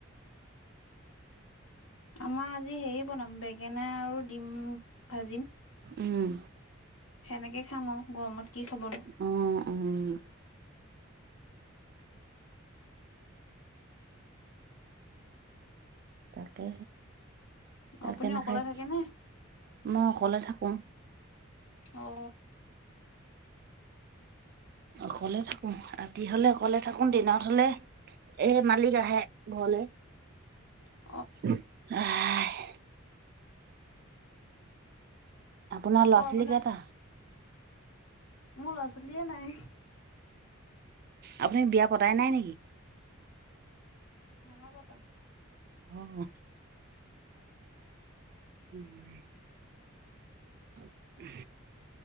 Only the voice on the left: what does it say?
আমাৰ আজি হেৰি বনাম, বেঙেনা আৰু ডিম। ভাজিম।
সেনেকে খাম আৰু। গৰমত কি খাবনো।
আপুনি
অকলে থাকে নে?
অঁ।
<inaudible>
আকৌ
আপোনাৰ
মোৰ ল'ৰা-ছোৱালীয়ে নাই।
নাই পতা।